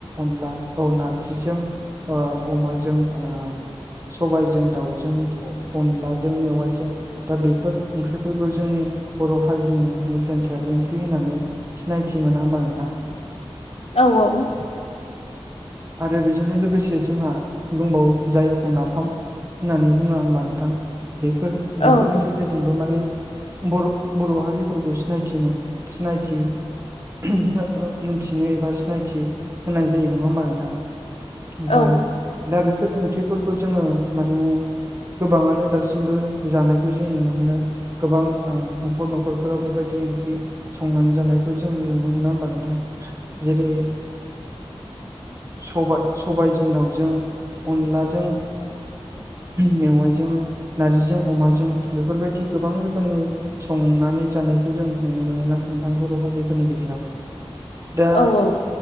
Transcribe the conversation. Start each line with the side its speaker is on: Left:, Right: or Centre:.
Right: अनला औ नारजिजों ओ अमाजों ओ सबायाइजों दाउजों अनलाजों मेवाइजों दा बेफोर ओंख्रिफोरखौ जोंनि बर' हारिनि नेेरसोनथिया बिदि होननानै सिनायथि मोना होमबा नोंथां
Left: औ औ
Right: आरो बेजोंनो लोगोसे जोंहा बुंबावो जायखौ नाफाम होननानै बुङा होमबा नोंथां बेफोर बेफोरनि
Left: औ
Right: जेरजोंबो माने बर बर' हारिफोरखौ सिनायथि मोन सिनायथि। ओ मोनथिनो एबा सिनायथि होनाय जायो नङा होमबा नोंथां दा।
Left: औ
Right: दा बेफोर ओंख्रिफोरखौ जोङो माने। गोबाङानो दासिमबो जानायखौ जों नुनो मोनो। गोबां न'खर न'खरफोराव बेबायदि ओंख्रि संनानै जानायखौ जोङो नुनो मोनो नङा होमबा नोंथां जेरै सबाय सबायजों दाउजों अनलाजों मेवाइजों नारजिजों अमाजों बेफोरबायदि गोबां रोखोमनि। संनानै जानायखौ जों नुनो मोनोना नोंथां बर' हारिफोरनि गेजेराव। दा
Left: औ औ।